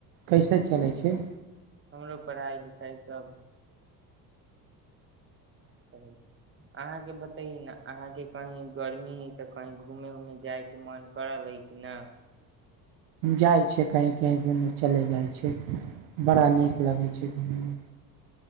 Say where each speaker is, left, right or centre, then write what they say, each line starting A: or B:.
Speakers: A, on the right; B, on the right.
A: कैसे चलै छै।
B: हमरो पढ़ाई लिखाई सब कहुं, अहांके बतैयौ ने अहांके कहीं गर्मी हइं त कहीं घुमे उमे जायके मन करल है कि न?
A: जाइ छियै कहीं कहीं घुमय चलय जाइ छियै। बड़ा नीक
B: ओ
A: लगै छै घुमयमे।